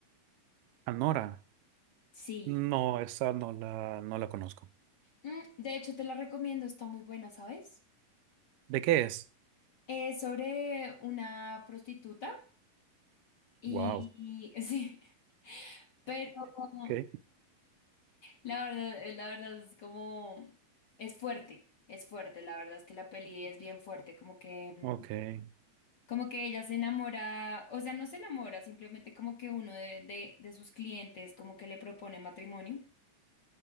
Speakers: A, on the right; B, on the left.
A: Anora.
B: Sí.
A: No, esa no la, no la conozco.
B: Mm, de hecho, te la recomiendo, está muy buena, ¿sabes?
A: ¿De qué es?
B: Es sobre una prostituta y,
A: Wow.
B: y- <laughs> sí, pero <laughs>
A: Okay,
B: la verdad, eh, la verdad es como, es fuerte, es fuerte, la verdad es que la peli es bien fuerte, como que...
A: okay,
B: mm, Como que ella se enamora, o sea, no se enamora, simplemente como que uno de, de, de sus clientes como que le propone matrimonio.